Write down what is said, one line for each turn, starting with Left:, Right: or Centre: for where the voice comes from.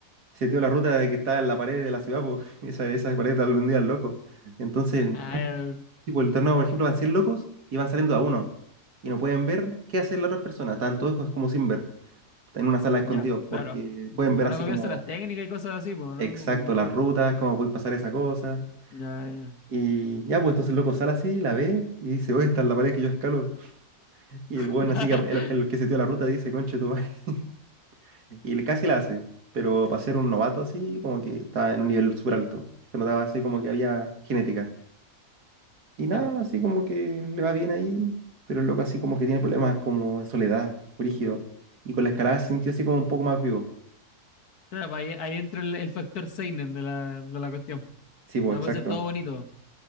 Right: seteó la ruta de que estaba en la pared de la ciudad, pues <laughs> esa, esa pared está día al loco. Entonces,
Left: Ah, el-
Right: si por el torneo, por ejemplo, van 100 locos y van saliendo a uno y no pueden ver qué hacen las otras personas, están todos co- como sin ver, están en una sala escondidos
Left: ya,
Right: porque
Left: claro.
Right: pueden ver
Left: Para
Right: así
Left: no copiarse
Right: como
Left: las técnicas y cosas así, pues,
Right: exacto
Left: ¿no? Como,
Right: las rutas, cómo puede pasar esa cosa.
Left: ya, ya.
Right: Y ya, pues entonces el loco sale así, la ve y dice, oye, está en la pared que yo escalo. Y
Left: <laughs>
Right: el weón así, que el, el que se dio la ruta dice, conche tu madre. <laughs> Y le- casi la hace, pero para ser un novato así, como que estaba en un nivel súper alto. Se notaba así como que había genética. Y nada,
Left: Claro.
Right: así como que le va bien ahí, pero el loco así como que tiene problemas como de soledad, rígido. Y con la escalada se sintió así como un poco más vivo.
Left: Claro, pues ahí, ahí entra el, el factor seinen de la, de la cuestión.
Right: Sí, pues
Left: No
Right: exacto.
Left: puede ser todo bonito.